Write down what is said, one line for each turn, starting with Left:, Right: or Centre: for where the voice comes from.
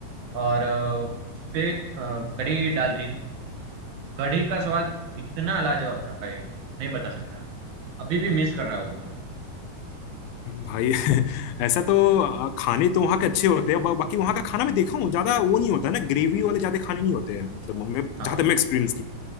Right: और अ, उस पे अ, कढ़ी डाल दी कढ़ी का स्वाद इतना लाजवाब था भाई नहीं बता सकता अभी भी मिस कर रहा हूँ मैं
Left: भाई <laughs> ऐसा तो अ, खाने तो वहाँ के अच्छे होते हैं बा, बाकी वहाँ का खाना मैं देखा हूँ ज्यादा वो नहीं होता है ना ग्रेवी वाले ज्यादा खाने नहीं होते हैं मतलब मैं
Right: हाँ
Left: जहाँ तक मैं एक्सपीरियंस की